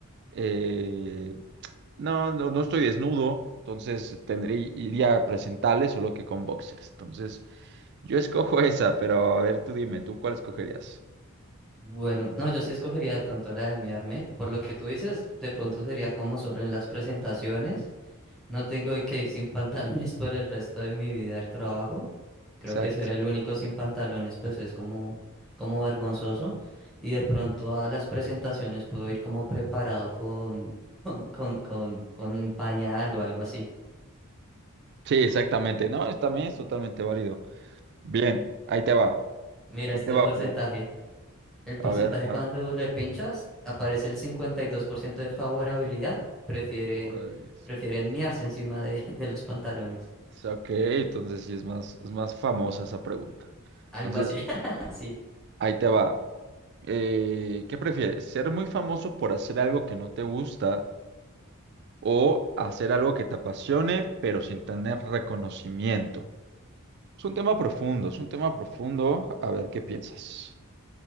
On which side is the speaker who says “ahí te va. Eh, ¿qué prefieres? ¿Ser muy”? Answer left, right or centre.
Right